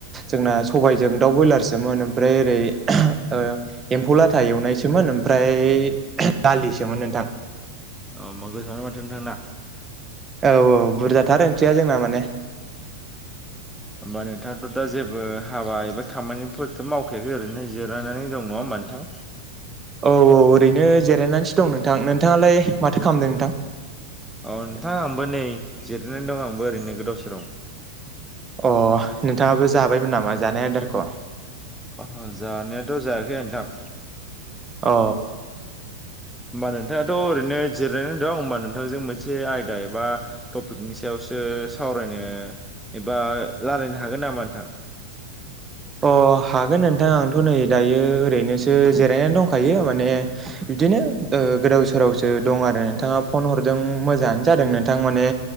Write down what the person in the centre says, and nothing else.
अ ओमबा गोथावानो माथो नोंथांना?
होमबा नोंथाङाथ' दा जेबो हाबा एबा खामानिफोरथ' मावखायाखै ओरैनो जिरायनानै दं नङा होमबा नोंथां?
औ नोंथां आंबो नै जिरायनानै दं आंबो ओरैनो गोदाव सोराव।
ओ जानायाथ' जायाखै नोंथां।
होमबा नोंथाङाथ' ओरैनो जिरायनानै दं होमबा नोंथांजों मोनसे आयदा एबा टपिकनि सायाव सो सावरायनो एबा लारायनो हागोन नामा नोंथां?